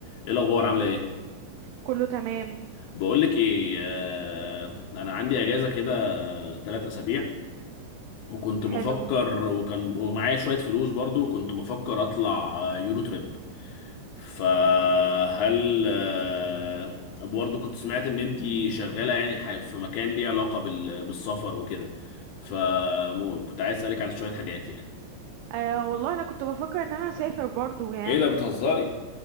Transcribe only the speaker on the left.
ايه الاخبار عامله ايه
بقول لك ايه آه انا عندي اجازه كده ثلاث اسابيع وكنت
بفكر وكان ومعايا شويه فلوس برضو كنت بفكر اطلع آه، يورو تريب فهل آه برضو كنت سمعت ان انتي شغاله يعني ح- في مكان ليه علاقه بال- بالسفر وكده فكنت عايز اسالك على شويه حاجات يعني
ايه ده بتهزري